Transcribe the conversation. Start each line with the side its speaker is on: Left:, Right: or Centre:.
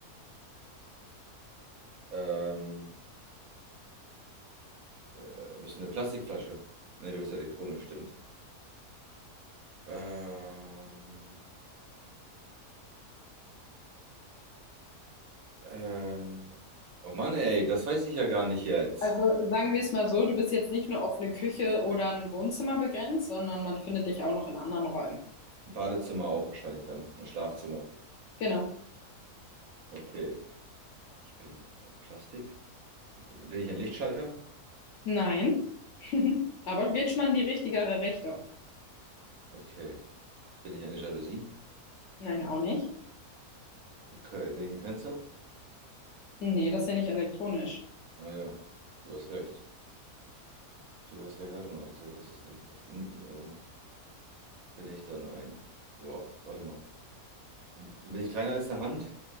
Right: ähm, äh, bist du eine Plastikflasche? Nee, du bist elektronisch, stimmt. Ähm, äh, oh Mann, ey, das weiß ich ja gar nicht jetzt.
Left: Also sagen wir es mal so, du bist jetzt nicht nur auf eine Küche oder ein Wohnzimmer begrenzt, sondern man findet dich auch noch in anderen Räumen.
Right: Badezimmer auch wahrscheinlich dann und Schlafzimmer.
Left: Genau.
Right: Okay, ich bin ein Plastik. Dann bin bin ich ein Lichtschalter?
Left: Nein. <laughs> Aber geht schon mal in die richtigere Richtung.
Right: Okay. Bin ich eine Jalousie?
Left: Nein, auch nicht.
Right: Okay. Bin ich ein Fenster?
Left: Nee, das ist ja nicht elektronisch.
Right: Ah ja, du hast recht. Du hast recht. Warte mal. So, das ist dann das. Ähm, bin ich dann ein. Wow, warte mal. Bin ich kleiner als eine Hand?